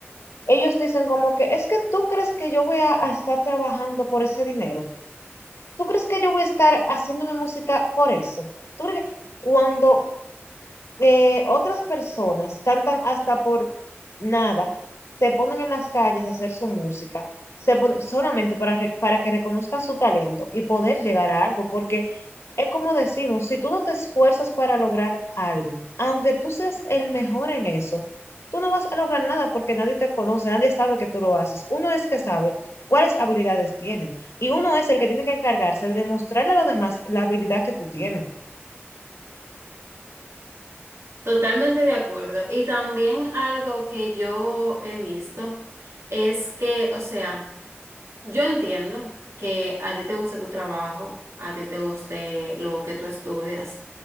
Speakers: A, on the left; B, on the right.
A: ellos dicen como que, es que tú crees que yo voy a, a estar trabajando por ese dinero. ¿Tú crees que yo voy a estar haciendo mi música por eso? ¿Tú crees que cuando eh, otras personas cantan hasta por nada, se ponen en las calles a hacer su música, se ponen solamente para, re- para que reconozcan su talento y poder llegar a algo, porque es como decimos, si tú no te esfuerzas para lograr algo, aunque tú seas el mejor en eso, tú no vas a lograr nada porque nadie te conoce, nadie sabe que tú lo haces. Uno es que sabe cuáles habilidades tiene y uno es el que tiene que encargarse de demostrarle a los demás la habilidad que tú tienes.
B: Totalmente de acuerdo. Y también algo que yo he visto es que, o sea, yo entiendo que a ti te guste tu trabajo, a ti te guste lo que tú estudias.